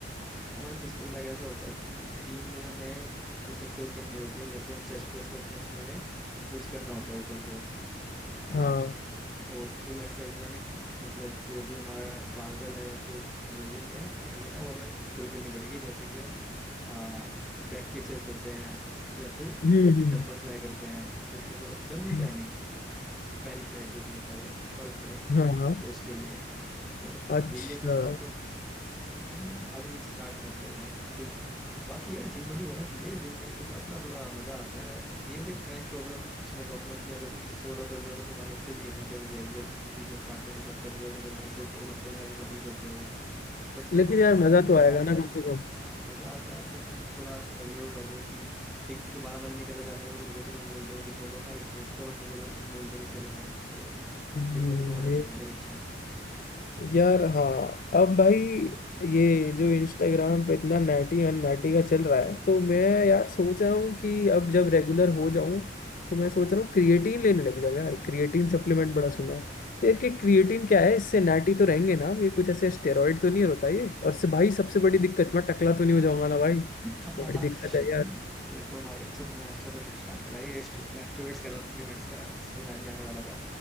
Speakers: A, in the centre; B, on the left.
A: हमारे पुश पुल लेग ऐसा होता है कि तीन दिन हमें पुश एक्सरसाइज करनी होती है जैसे हम चेस्ट प्रेस करते हैं उसमें हमें पुश करना होता है ऊपर को है
B: हाँ
A: ना और पुल एक्सरसाइज में हमें मतलब जो भी हमारा बारबेल है या फिर रोइंग है मशीन है वो हमें पुल करनी पड़ेगी जैसे कि हम आ, बैक की एक्सरसाइज करते हैं या फिर
B: हम्म
A: डंबल फ्लाई करते हैं तो उसमें थोड़ा डंबल
B: हम्म,
A: फ्लाई नहीं पैरी फ्लाई जो भी होता है वो पर फ्लाई
B: हाँ हाँ
A: तो उसके लिए तो
B: अच्छा
A: यही है पुश पुल तो तुम अभी स्टार्ट मत करो बैक टू स्कूल बाकी यार जिम बड़ी होना चाहिए जिम बड़ी के साथ ना थोड़ा मजा आता है ये देख मैं एक प्रॉब्लम उसमें कहूंगा कि अगर तुम सोलो कर रहे हो तो तुम्हारी एक्सरसाइज एक घंटे में हो जाएगी और तुम किसी जिम पार्टनर के साथ कर रहे हो तो तुम्हारी एक्सरसाइज दो घंटे में जाके कंप्लीट होती है वो बट
B: लेकिन
A: जिम बड़ी
B: यार
A: के साथ
B: मजा
A: करने
B: तो
A: में
B: आएगा
A: फायदा
B: ना
A: है
B: कम से कम
A: हाँ मजा आता है फिर तुम थोड़ा रेगुलर हो जाओगे कि एक दिन तुम्हारा मन नहीं कर रहा जाने का तो वो तुम्हें बोल देगा कि चलो भाई और उसका मन नहीं कर रहा तो तुम बोल दोगे चल भाई तो
B: हम्म,
A: जिम बड़ी तो होना
B: ये
A: चाहिए यार एक अच्छा
B: यार हाँ अब भाई ये जो इंस्टाग्राम पे इतना नैटी एंड नैटी का चल रहा है तो मैं यार सोच रहा हूँ कि अब जब रेगुलर हो जाऊं तो मैं सोच रहा हूँ क्रिएटिन लेने लग जाऊँ यार क्रिएटिन सप्लीमेंट बड़ा सुना है तो यार कि क्रिएटिन क्या है इससे नैटी तो रहेंगे ना हम? ये कुछ ऐसे स्टेरॉइड तो नहीं होता ये और से भाई सबसे बड़ी दिक्कत मैं टकला तो नहीं हो जाऊंगा ना भाई
A: ये
B: बड़ी दिक्कत है यार
A: तो भाई अच्छा तुमने अच्छा टॉपिक स्टार्ट करा है। ये स्टूडेंट्स कह रहा सप्लीमेंट्स का इसलिए मैं भी आने वाला था